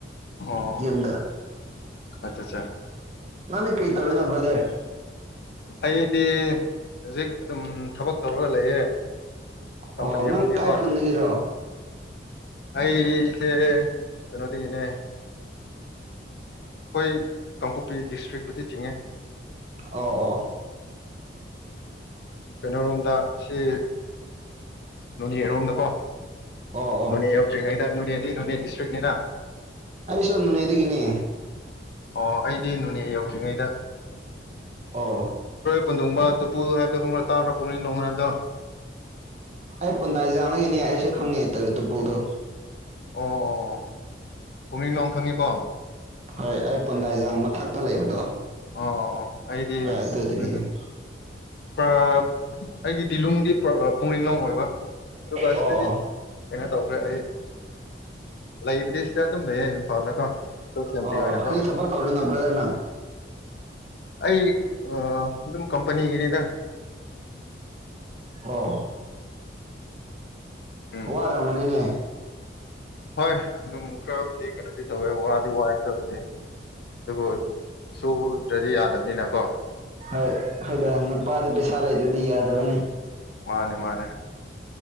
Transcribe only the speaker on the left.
ꯑꯣ
ꯑꯆꯥ ꯆꯥ
ꯑꯩꯗꯤ ꯍꯧꯖꯤꯛ ꯑꯗꯨꯝ ꯊꯕꯛ ꯇꯧꯔꯒ ꯂꯩꯌꯦ ꯀꯝꯄꯅꯤ
ꯑꯃꯒꯤꯀꯣ
ꯑꯩꯁꯦ ꯀꯩꯅꯣꯗꯒꯤꯅꯦ ꯍꯣꯏ ꯀꯥꯡꯄꯣꯛꯄꯤ ꯗꯤꯁꯇ꯭ꯔꯤꯛꯄꯨꯗꯤ ꯆꯤꯡꯉꯦ
ꯀꯩꯅꯣꯔꯣꯝꯗ ꯁꯤ ꯅꯣꯅꯦ ꯑꯔꯣꯝꯗꯀꯣ
ꯅꯣꯅꯦ ꯌꯥꯎꯗꯔꯤꯉꯥꯏ ꯅꯣꯅꯦ ꯅꯣꯅꯦꯗꯤ ꯅꯨꯅꯦ ꯗꯤꯁꯇ꯭ꯔꯤꯛꯅꯤꯅ
ꯑꯣ ꯑꯩꯗꯤ ꯅꯣꯅꯦ ꯌꯧꯗ꯭ꯔꯤꯉꯩꯗ
ꯀꯨꯟꯗꯣꯡꯕ ꯇꯨꯄꯨꯜ ꯍꯥꯏꯕꯗꯣ ꯈꯪꯕ꯭ꯔꯥ ꯇꯥꯕ꯭ꯔꯥ ꯄꯨꯛꯅꯤꯡ ꯅꯨꯡ ꯍꯥꯏꯕꯗꯣ
ꯑꯣ ꯑꯣ ꯄꯨꯛꯅꯤꯡ ꯂꯣ ꯈꯪꯉꯤꯀꯣ
ꯑꯣ ꯑꯣ ꯑꯩꯗꯤ
ꯄꯨꯛꯅꯤꯡ ꯄ ꯑꯩꯒꯤ ꯇꯤꯂꯣꯡꯒꯤ ꯄꯔ ꯑ ꯄꯨꯨꯡꯅꯤꯡꯡꯂꯣꯡ ꯑꯣꯏꯕ꯫ ꯑꯗꯨꯒ
ꯁꯤꯗꯗꯤ ꯀꯩꯅꯣ ꯇꯧꯈ꯭ꯔꯦ ꯑꯩ ꯂꯩꯕꯗꯤ ꯁꯤꯗ ꯑꯗꯨꯝ ꯂꯩꯌꯦ ꯏꯝꯐꯥꯜꯗꯀꯣ ꯑꯩꯈꯣꯏ ꯐꯦꯃꯤꯂꯤ
ꯑꯣꯏꯅꯀꯣ
ꯑꯩ ꯑꯗꯨꯝ ꯀꯝꯄꯅꯤꯒꯤꯅꯤꯗ
ꯎꯝ
ꯍꯣꯏ ꯑꯗꯨꯝ ꯈꯔ ꯀꯩꯅꯣꯗꯤ ꯇꯧꯋꯦ ꯋꯥꯗꯤ ꯋꯥꯑꯦ ꯈꯔꯕꯨꯗꯤ ꯑꯗꯨꯕꯨ ꯁꯨꯗ꯭ꯔꯗꯤ ꯌꯥꯗꯕꯅꯤꯅ ꯑꯣ
ꯃꯥꯅꯦ ꯃꯥꯅꯦ